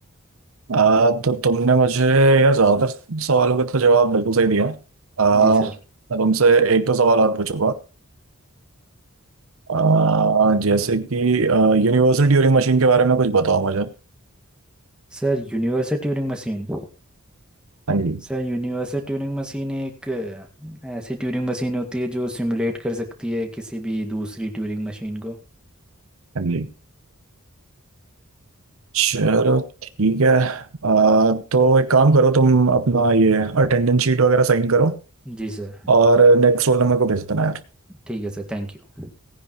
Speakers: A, on the right (about 70°); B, in the centre.
A: आ, तो तुमने मुझे यार ज्यादातर सवालों के तो जवाब बिल्कुल सही दिया आ,
B: जी sir
A: मैं तुमसे एक दो सवाल और पूछूंगा आ, जैसे कि यूनिवर्सल ट्यूरिंग मशीन के बारे में कुछ बताओ मुझे हाँ
B: Sir universal Turing machine
A: जी
B: sir universal Turing machine एक अ, ऐसी ट्यूरिंग मशीन होती है जो सिमुलेट कर सकती है किसी भी दूसरी ट्यूरिंग मशीन को
A: हाँ जी चलो ठीक है आ, तो एक काम करो तुम अपना ये अटेंडेंस शीट वगैरह साइन करो
B: जी सर
A: और नेक्स्ट रोल नंबर को भेज देना यार
B: ठीक है सर थैंक यू